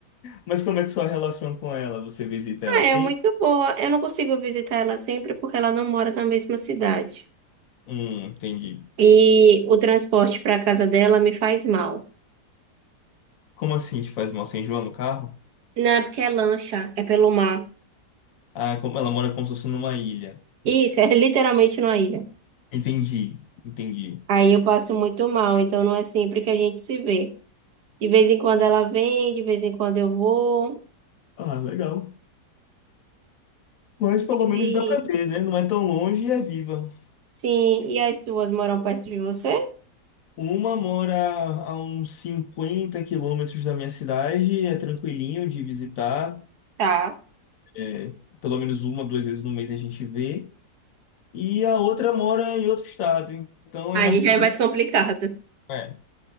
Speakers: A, on the left; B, on the right.
A: Mas como é que sua relação com ela? Você visita
B: Ah,
A: ela assim?
B: é muito boa. Eu não consigo visitar ela sempre porque ela não mora na mesma cidade.
A: Hum, entendi.
B: E o transporte para casa dela me faz mal.
A: Como assim te faz mal sem João no carro?
B: Não, é porque é lancha, é pelo mar.
A: Ah, como ela mora como se fosse numa ilha.
B: Isso, é <laughs> literalmente numa ilha.
A: Entendi, entendi.
B: Aí eu passo muito mal, então não é sempre que a gente se vê. De vez em quando ela vem, de vez em quando eu vou.
A: Ah, legal. Mas pelo
B: E,
A: menos dá pra ver, né? Não é tão longe e é viva.
B: sim, e as suas moram perto de você?
A: Uma mora a uns 50 quilômetros da minha cidade, é tranquilinho de visitar.
B: Tá.
A: é, pelo menos uma, duas vezes no mês a gente vê. E a outra mora em outro estado, então
B: Aí
A: é mais complicado.
B: já é mais complicado.
A: É.